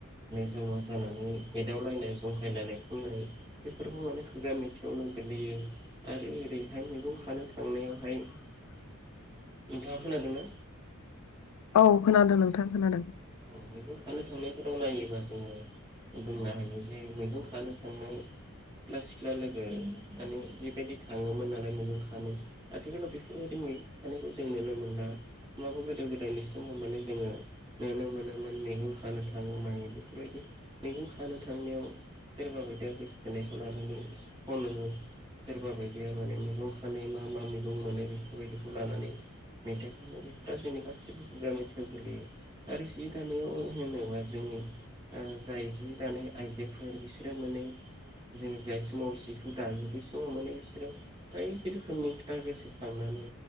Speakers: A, on the right; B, on the left.
A: जमा जानानै एदाव लायनाय जंखाय लायनाय खननाय बेफोरखौ माने। खुगा मेथायावनो गोग्लैयो। आरो ओरैहाय मैगं खानो थांनायावहाय नोंथाङा खोनादोंना।
B: औ खोनादों नोंथां खोनादों।
A: औ मैगं खानो थांनायफोराव नायोबा जोङो। बुंनो हायो जे मैगं खानो थांनाय। सिख्ला सिख्ला लोगो माने बेबायदि थाङोमोन नालाय मैगं खानो। आथिखालाव बेफोरबायदि मैगं खानायखौ जों नुनो मोनला होमबा गोदो गोदायनि सम माने जोङो। नुनो मोनोमोन मैगं खानो थाङो माइ बेफोरबायदि मैगं खानो थांनायाव। सोरबा बायदिया गोसोथोननायखौ लानानै खनो। सोरबा बायदिया माने मैगं खानानै मा मा मैगं मोनो बेफोरबायदिखौ लानानै मेथाइ खनो जोंनि गासिबो खुगा मेथाइआव गोलैयो। आरो जि दानायाव होनोब्ला जोंनि जाय जि दानाय आइजोफोर बिसोरो माने जों जाय समाव जिखौ दायो बै समाव माने बिसोरो। बायदि रोखोमनि खोथा गोसोखांनानै।